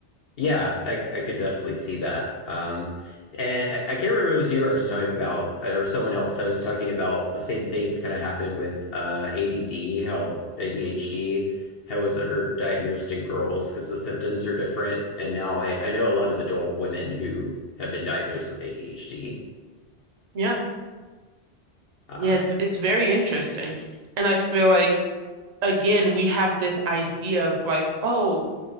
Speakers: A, on the left; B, on the right.
A: Yeah, I, I could definitely see that. Um, and I, I can't remember if it was you I was talking about, or someone else. I was talking about the same things kind of happened with uh, ADD, how ADHD, how it was underdiagnosed in girls because the symptoms are different. And now I, I know a lot of adult women who have been diagnosed with ADHD.
B: Yeah.
A: Uh,
B: Yeah. it- It's very interesting. And I feel like, again, we have this idea of like, oh,